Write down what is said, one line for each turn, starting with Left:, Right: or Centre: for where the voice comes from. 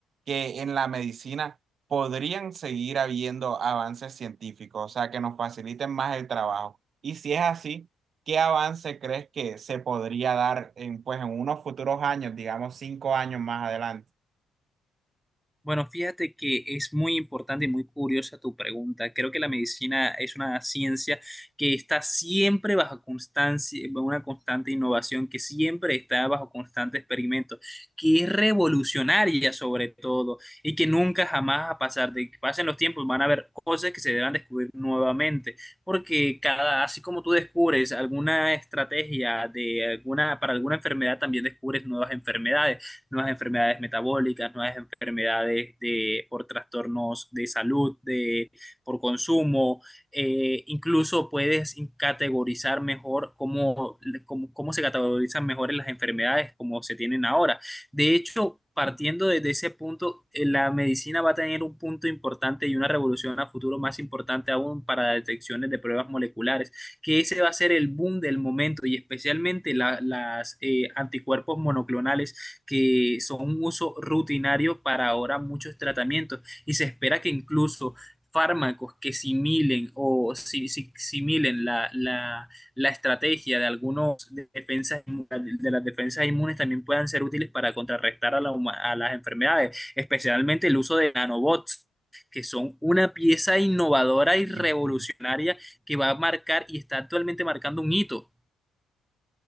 Right: que en la medicina podrían seguir habiendo avances científicos, o sea, que nos faciliten más el trabajo? Y si es así... ¿Qué avance crees que se podría dar en, pues, en unos futuros años, digamos cinco años más adelante?
Centre: Bueno, fíjate que es muy importante y muy curiosa tu pregunta. Creo que la medicina es una ciencia que está siempre bajo constancia, una constante innovación, que siempre está bajo constante experimento, que es revolucionaria sobre todo y que nunca jamás va a pasar. De que pasen los tiempos, van a haber cosas que se deban descubrir nuevamente, porque cada, así como tú descubres alguna estrategia de alguna, para alguna enfermedad, también descubres nuevas enfermedades nuevas enfermedades metabólicas, nuevas enfermedades de, por trastornos de salud, de, por consumo. Eh, incluso puedes categorizar mejor cómo, cómo, cómo se categorizan mejor en las enfermedades como se tienen ahora. De hecho, partiendo desde ese punto, eh, la medicina va a tener un punto importante y una revolución a futuro más importante aún para detecciones de pruebas moleculares, que ese va a ser el boom del momento y especialmente la, las eh, anticuerpos monoclonales que son un uso rutinario para ahora muchos tratamientos y se espera que incluso fármacos que similen o si, si- similen la, la- la estrategia de algunos de defensas inmu- de las defensas inmunes también puedan ser útiles para contrarrestar a, la huma- a las enfermedades, especialmente el uso de nanobots, que son una pieza innovadora y revolucionaria
Right: Ujú.
Centre: que va a marcar y está actualmente marcando un hito.